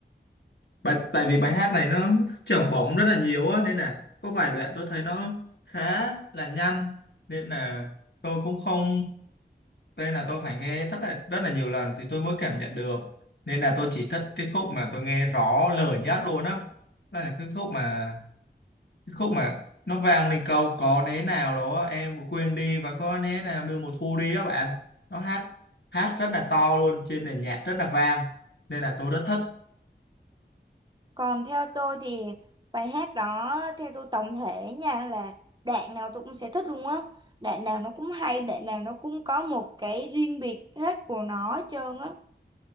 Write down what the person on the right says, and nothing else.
Còn theo tôi thì bài hát đó theo tôi tổng thể nha là đoạn nào tôi cũng sẽ thích luôn á. Đoạn nào nó cũng hay, đoạn nào nó cũng có một cái riêng biệt hết của nó hết trơn á.